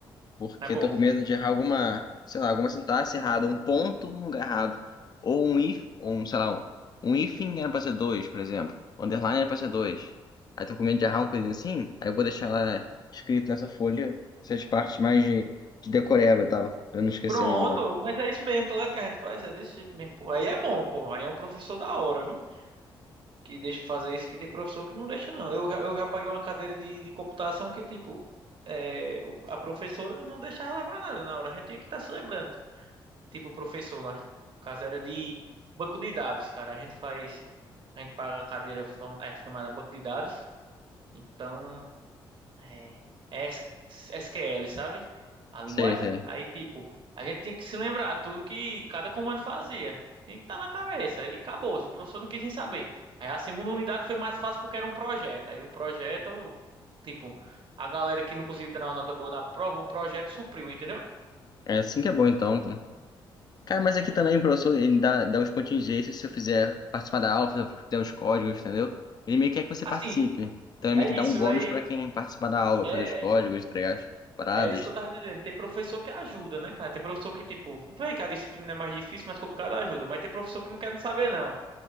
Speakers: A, on the left; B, on the right.
A: porque
B: Mas bom.
A: eu tô com medo de errar alguma, sei lá, alguma sintaxe errada, um ponto no lugar errado, ou um if, ou um, sei lá, um, um hífen era pra ser dois, por exemplo, Um underline era pra ser dois. Aí tô com medo de errar uma coisa assim, aí eu vou deixar lá escrito nessa folha essas partes mais de, de decoreba e tal, pra eu não esquecer
B: Pronto,
A: na hora.
B: mas é isso mesmo, tá ligado? Que a gente faz, é desse jeito mesmo, pô. Aí é bom, pô. Aí é um professor da hora, viu? que deixa fazer isso, que tem professor que não deixa, não. Eu, já- eu já paguei uma cadeira de, de computação que, tipo, é, o- a professora não deixava levar nada na hora. A gente tinha que estar se lembrando. Tipo, o professor lá. No caso, era de banco de dados, cara. A gente faz. A gente paga a cadeira fam- é, chamada banco de dados. Então. É, é S- SQL, sabe? A linguagem.
A: Sei, sei.
B: Aí, tipo, a gente tinha que se lembrar tudo que cada comando fazia. Tinha que estar na cabeça. E acabou. Se o professor não quis nem saber. Aí a segunda unidade foi mais fácil porque era um projeto. Aí o projeto, tipo, a galera que não conseguiu tirar uma nota boa na prova, o projeto supriu, entendeu?
A: É assim que é bom então, pô. Cara, mas aqui
B: É.
A: também o professor, ele dá, dá uns contingências se você fizer participar da aula, se você fizer os códigos, entendeu? Ele meio que quer que você
B: Assim,
A: participe. Então ele
B: é
A: meio que
B: isso.
A: dá um bônus
B: Aí
A: pra quem participar da aula,
B: é,
A: fazer os códigos, entregar as paradas.
B: é isso que eu tava dizendo. Tem professor que ajuda, né, cara? Tem professor que, tipo, vê que a disciplina é mais difícil, mais complicada ajuda. Mas tem professor que não quer nem saber, não.